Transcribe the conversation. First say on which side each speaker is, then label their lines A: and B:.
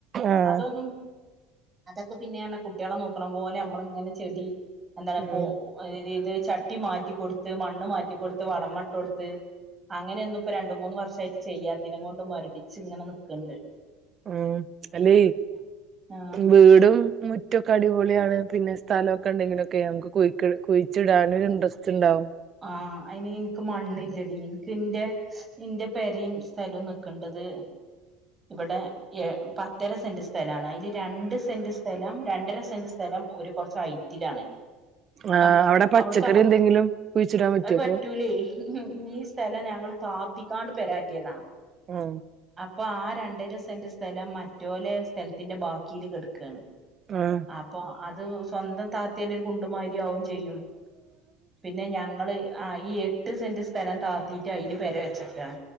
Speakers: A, on the right; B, on the right.
A: ആഹ്
B: അതൊന്നും അതൊക്കെ പിന്നെയാന്നാ കുട്ടികളെ നോ ക്കാണപോലെ നമ്മള് ഇങ്ങനെ ചെടി എന്താണ്
A: ഉം
B: പോ <unintelligible> ഇത് ചട്ടി മാറ്റിക്കൊടുത്ത് മണ്ണ് മാറ്റിക്കൊടു വളമ്മട്ടൊടുത്ത് അങ്ങനെയൊന്നും ഇപ്പൊ രണ്ട് മൂന്ന് വർഷായിട്ട് ചെയ്യാത്തിനം കൊണ്ട് മുരടി ച്ച് ഇങ്ങനെ നിക്ക്ണ്ട്
A: ഉം അല്ലേ
B: ആ
A: വീടും മു റ്റൊക്കെ അടിപൊളിയാണ് പിന്നെ സ്ഥലൊക്കെ ഉണ്ടെങ്കിലൊക്കെ നമക്ക് കുഴിക്ക് കുഴിച്ചിടാനും ഒരു ഇന്ട്രെസ്റ്റ് ഇണ്ടാവും
B: ആഹ് അയിന് ഇൻക് മണ്ണില്ലടി ഇൻക് എന്റെ ഇന്റെ പേരേം സ്ഥലം നിക്ക്ണ്ടത് ഇബടെ എ പ ത്തര സെന്റ് സ്ഥലാണ് അതില് രണ്ട് സെന്റ് സ്ഥലം രണ്ടര സെന്റ് സ്ഥലം ഒരു കുറച്ച് ഹയ്റ്റിലാണ്
A: ആഹ്
B: ആം
A: അവിടെ പച്ചക്കറി
B: അവിടക്ക് മ്മക്ക്
A: എന്തെങ്കിലും കുഴിച്ചിടാൻ പറ്റുവോ
B: അത് പറ്റൂലേ ഈ സ്ഥലം ഞങ്ങള് താത്തിങ്ങാണ്ട് പെരാറ്റിയതാ
A: ഉം
B: പ്പൊ ആ രണ്ടര സെന്റ് സ്ഥലം മറ്റോലെ സ്ഥലത്തിന്റെ ബാക്കില് കെട്ക്കാണ്
A: ആഹ്
B: അപ്പൊ അത് സ്വന്തം ത ത്തിലൊരു കുണ്ടുമാരിയാവും ചെയ്യും പിന്നെ ഞങ്ങള് ആഹ് ഈ എ ട്ട് സെന്റ് സ്ഥലം താത്തീട്ട് അയില് പെര വെച്ചക്കേണ്